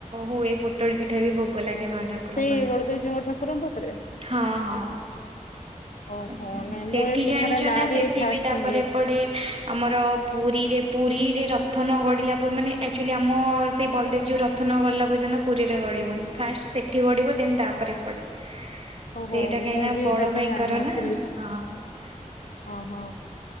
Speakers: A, on the right; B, on the left.
A: ହୁଏ ପୋଟଳ ପିଠା ବି ଭୋଗ ଭୋଗଲାଗିବ ଠାକୁରଙ୍କ
B: ସେଇ
A: ପାଖରେ
B: ବଳଦେବଜୀଉଙ୍କ ଠାକୁରଙ୍କ ପାଖରେ?
A: ହଁ ହଁ।
B: ଓହୋ
A: ଆ ସେ
B: ନାଇଁ
A: ସେଠି
B: ମୁଁ ଏ ପିଠାଟା
A: ଜାଣିଚ ନାଁ ସେଠି
B: ଏଇ ଫାଷ୍ଟ
A: ବି ତାପରେ
B: ଶୁଣିଲି
A: ଏପଟେ ଆମର ପୁରୀରେ ପୁରୀରେ ରଥ ନ ଗଡ଼ିଲା ପ ମାନେ ଆଚୁଲି ଆମ ସେଇ ବଲଦେବ ଜୀଉ ର ଥ ନ ଗଡ଼ିଲା ପର୍ଯ୍ୟନ୍ତ ପୁରୀରେ ଗଡ଼ିବନି। ଫାଷ୍ଟ ସେଠି ଗଡ଼ିବ ଦେନ୍ ତାପରେ ଏପଟେ।
B: ଓହୋ
A: ସେଇଟା କାହିଁକି
B: ମୁଁ
A: ନା
B: ବି
A: ବଡ଼
B: ଏଇଟା ବି
A: ଭାଇଙ୍କର
B: ଜାଣିିନଥିଲି।
A: ନା ହଁ
B: ଅଁ ହଁ ହଁ